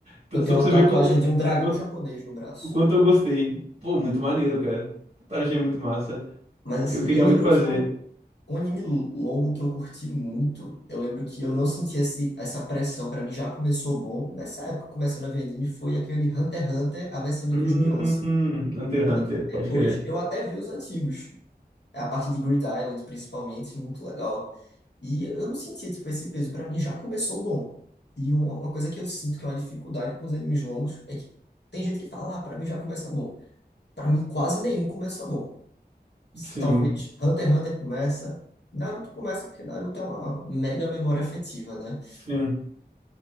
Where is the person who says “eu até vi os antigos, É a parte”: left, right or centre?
Left